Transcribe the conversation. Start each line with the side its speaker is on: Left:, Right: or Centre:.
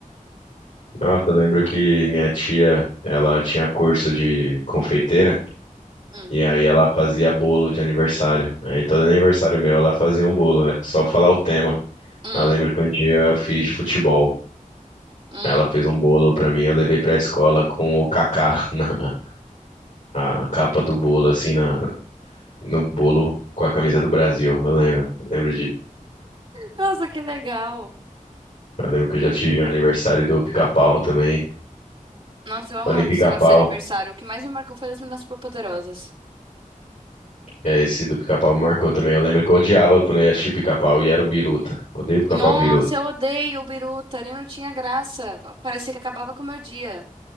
Left: nossa, eu lembro que minha tia, ela tinha curso de confeiteira
Right: Hum.
Left: e aí ela fazia bolo de aniversário. Aí todo aniversário meu ela fazia um bolo, era só falar o tema.
Right: Hum.
Left: Eu lembro que um dia eu fiz de futebol.
Right: Hum.
Left: Ela fez um bolo pra mim, eu levei pra escola com o Kaká <laughs> na, na capa do bolo, assim, na, no bolo com a camisa do Brasil. Eu lembro, eu lembro de,
Right: Nossa, que legal.
Left: eu lembro que eu já tive um aniversário do Pica-Pau também.
Right: Nossa, eu amava
Left: Falando em Pica-Pau,
Right: esse negócio de aniversário. O que mais me marcou foi as meninas superpoderosas.
Left: é, esse do Pica-Pau me marcou também. Eu lembro que eu odiava quando eu ia assistir Pica-Pau e era o Biruta. Odeio Pica-Pau
Right: Nossa,
Left: Biruta.
Right: eu odeio o Biruta. Ele não tinha graça. Parecia que acabava com o meu dia.